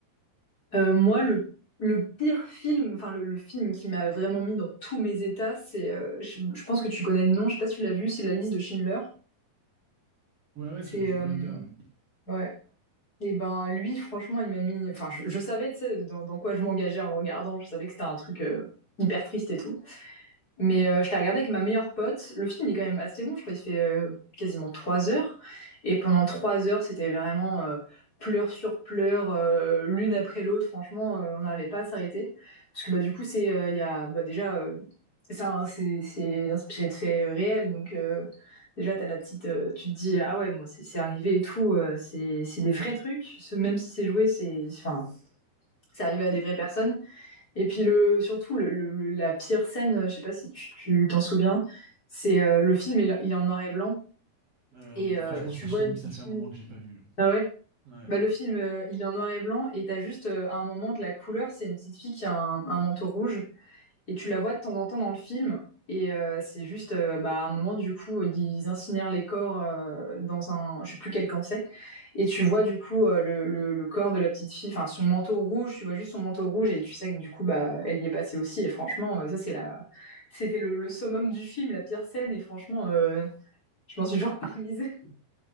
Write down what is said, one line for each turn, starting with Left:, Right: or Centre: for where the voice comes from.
Left: Euh, moi, le, le pire film, enfin le, le film qui m'a vraiment mis dans tous mes états, c'est, euh, je, je pense que tu connais le nom, je sais pas si tu l'as vu, c'est La liste de Schindler.
Right: Ouais, ouais,
Left: C'est,
Right: je, je
Left: euh,
Right: connais bien, ouais.
Left: ouais. Et ben lui, franchement, il m'a mis, enfin je, je savais, tu sais, dans, dans quoi je m'engageais en le regardant, je savais que c'était un truc euh, hyper triste et tout. Mais euh, je l'ai regardé avec ma meilleure pote. Le film il est quand même assez long, je crois il fait euh, quasiment trois heures. Et pendant trois heures, c'était vraiment euh, pleurs sur pleurs, euh, l'une après l'autre. Franchement, euh, on n'arrivait pas à s'arrêter. Parce que bah, du coup, c'est euh, il y a, bah, déjà, euh, c'est un- c'est c'est inspiré de faits euh, réels. Donc euh, déjà, t'as la petite, euh, tu te dis, ah ouais, bon, c'est c'est arrivé et tout. euh, c'est c'est des vrais trucs. Ce- Même si c'est joué, c'est enfin, c'est arrivé à des vraies personnes. Et puis le, surtout le, le- la pire scène, je sais pas si tu tu t'en souviens, c'est euh, le film il, il est en noir et blanc
Right: Euh,
Left: et euh,
Right: franchement,
Left: tu
Right: ça,
Left: vois
Right: je t'avoue
Left: une petite
Right: que ça fait un
Left: fille.
Right: moment que j'ai pas vu. hein.
Left: Ah ouais.
Right: Ouais.
Left: Bah le film euh, il est en noir et blanc et t'as juste euh, à un moment de la couleur, c'est une petite fille qui a un, un manteau rouge et tu la vois de temps en temps dans le film. Et euh, c'est juste, euh, bah, à un moment, du coup, ils incinèrent les corps euh, dans un, je sais plus quel camp c'est. Et tu vois, du coup, euh, le, le, le corps de la petite fille, enfin, son manteau rouge, tu vois juste son manteau rouge et tu sais que, du coup, bah, elle y est passée aussi. Et franchement, euh, ça, c'est la, c'était le, le summum du film, la pire scène. Et franchement, euh, je m'en suis toujours parmisée. <laughs>